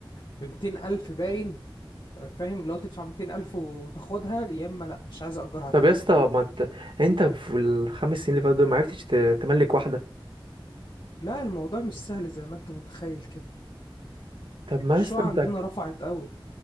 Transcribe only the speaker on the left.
ب 200 الف باين آه، فاهم لو تدفع 200 الف وتاخدها يا اما لا مش عايز اجرها تاني
لا الموضوع مش سهل زي ما انت متخيل كده
الشقق
عندنا
رفعت قوي